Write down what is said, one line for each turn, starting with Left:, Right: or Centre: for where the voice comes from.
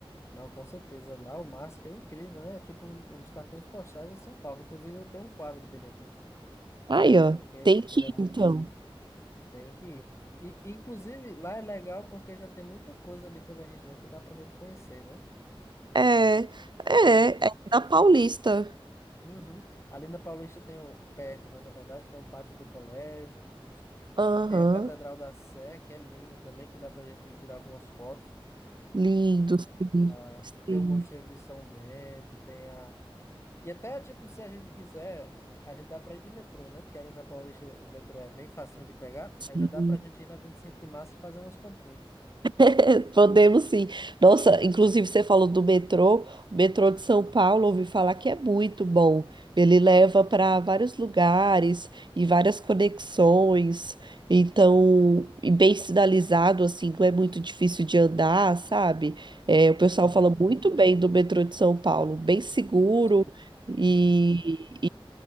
Left: Não, com certeza. Lá o MASP é incrível, né? É tipo um, um dos cartões postais de São Paulo. Inclusive, eu tenho um quadro dele aqui,
Right: Aí, ó,
Left: porque
Right: tem que
Left: ele
Right: ir,
Left: é muito
Right: então.
Left: bonito. Tem que ir. E, inclusive, lá é legal porque já tem muita coisa ali pela região que dá pra gente conhecer, né?
Right: É, é,
Left: Tem.
Right: é na Paulista.
Left: Uhum. Ali na Paulista tem o, perto, né? Na verdade, tem o pátio do colégio.
Right: Aham,
Left: Tem a Catedral da Sé, que é linda também, que dá pra gente ir tirar algumas fotos.
Right: lindo, sim,
Left: Ah,
Right: sim,
Left: tem o Mosteiro de São Bento, tem a. E até, tipo, se a gente quiser, a gente dá pra ir de metrô, né? Porque ali na Paulista o metrô é bem facinho de pegar.
Right: sim.
Left: Aí já dá pra gente ir na 25 de março e fazer umas comprinhas.
Right: <laughs> Podemos sim. Nossa, inclusive você falou do metrô. O metrô de São Paulo, ouvi falar que é muito bom. Ele leva para vários lugares e várias conexões. Então, e bem sinalizado, assim, não é muito difícil de andar, sabe? É, o pessoal
Left: Tranquilinho
Right: fala muito
Left: hoje.
Right: bem do metrô de São Paulo, bem seguro
Left: Hein?
Right: e,
Left: Uhum.